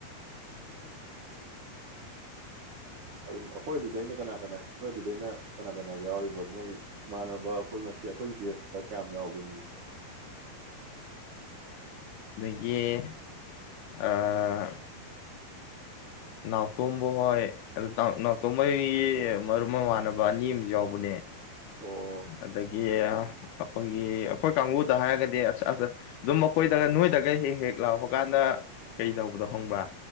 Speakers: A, on the left; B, on the right.
A: ꯑꯣ
B: ꯑꯗꯨ ꯑꯩꯈꯣꯏꯗꯨꯗ ꯑꯩꯅ ꯀꯅꯥ ꯀꯅꯥ ꯑꯩꯈꯣꯏꯗꯨꯗꯩꯅ ꯀꯅꯥ ꯀꯅꯥ ꯌꯥꯎꯔꯤꯕ ꯅꯣꯏ ꯏꯃꯥꯟꯅꯕ ꯑꯩꯈꯣꯏ ꯃꯁꯤ ꯑꯩꯈꯣꯏꯒꯤ ꯗꯦꯁꯇ ꯀꯌꯥꯝ ꯌꯥꯎꯒꯅꯤ
A: ꯌꯦ ꯑ ꯅꯅꯥꯇꯨꯝꯕꯣ ꯍ ꯑꯗꯨ ꯎ ꯅꯥꯎꯇꯣꯈꯩꯒꯤ ꯃꯔꯨꯞ ꯃꯃꯥꯟꯅꯕ ꯑꯅꯤ ꯑꯃꯁꯨ ꯌꯥꯎꯕꯅꯦ
B: ꯑꯣ
A: ꯑꯗꯒꯤ ꯑꯩꯈꯣꯏꯒꯤ ꯑꯩꯈꯣꯏ ꯀꯥꯡꯕꯨꯗ ꯍꯥꯏꯔꯒꯗꯤ ꯑꯁ ꯑ ꯑꯗꯨꯝ ꯃꯈꯣꯏꯗꯒ ꯅꯣꯏꯗꯒ ꯍꯦꯛ ꯍꯦꯛ ꯂꯥꯛꯄ ꯀꯥꯟꯗ ꯀꯩ ꯇꯧꯕꯗꯣ ꯍꯪꯕ꯭ꯔ